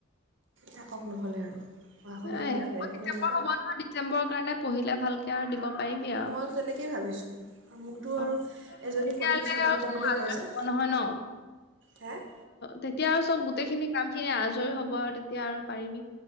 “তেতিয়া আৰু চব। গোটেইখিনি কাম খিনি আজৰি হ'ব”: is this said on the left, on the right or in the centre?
Left